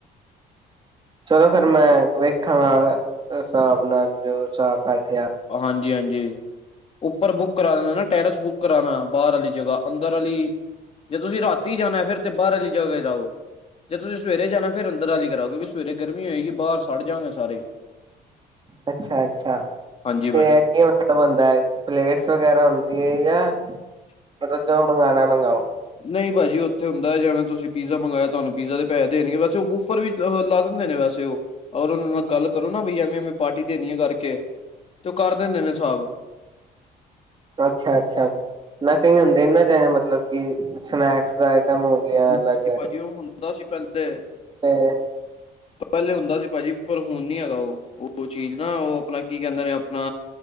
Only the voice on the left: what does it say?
ਹਾਂਜੀ ਹਾਂਜੀ ਉੱਪਰ ਬੁੱਕ ਕਰਾ ਲੇਨਾ ਟੈਰਸ ਬੁੱਕ ਕਰਾਉਣਾ ਬਾਹਰ ਵਾਲੀ ਜਗ੍ਹਾ ਅੰਦਰ ਵਾਲੀ ਜੇ ਤੁਸੀਂ ਰਾਤੀ ਜਾਣਾ ਫਿਰ ਤੇ ਬਾਹਰ ਵਾਲੀ ਜਗਾ ਲਾਓ ਜੇ ਤੁਸੀਂ ਸਵੇਰੇ ਜਾਣਾ ਫਿਰ ਅੰਦਰਾਲੀ ਕਰਓ ਕਿੳ ਸਵੇਰੇ ਗਰਮੀ ਹੋਏਗੀ ਬਾਹਰ ਸਾੜ ਜਾਣਗੇ ਸਾਰੇ
ਹਾਂਜੀ ਭਾਜੀ
ਨਹੀਂ ਭਾਜੀ ਉਥ ਹੁੰਦਾ ਹੈ ਜਿਵੇਂ ਤੁਸੀ ਪੀਜ਼ਾ ਮੰਗਾਇਆ ਤਹਾਨੂੰ ਪੀਜ਼ਾ ਦੇ ਪੈਸ ਦੇਣਗੇ ਵਸੇ ਉਹ ਮੁਫਤ ਉੱਪਰ ਵੀ ਲਾ ਦਿੰਦੇ ਨੇ ਵੈਸੇ ਉਹ ਔਰ ਉਹਨਾਂ ਨਾਲ ਗੱਲ ਕਰੋ ਨਾ ਬ ਐਵੇਂ ਐਵੇਂ ਪਾਰਟੀ ਦੇਣੀ ਆ ਕਰਕੇ ਤੇ ਉਹ ਕਰ ਦਿੰਦੇ ਨੇ ਹਿਸਾਬ
ਹਾਂਜੀ
ਭਾਜੀ ਉਹ ਹੁੰਦਾ ਸੀ ਪਹਿਲੇ
ਪਹਿਲੇ ਹੁੰਦਾ ਸੀ ਭਾਜੀ ਪਰ ਹੁਣ ਨੀ ਹੈਗਾ ਉਹ ਉਹ ਚੀਜ਼ ਨਾ ਉਹ ਆਪਣਾ ਕੀ ਕਹਿੰਦੇ ਨੇ ਆਪਣਾ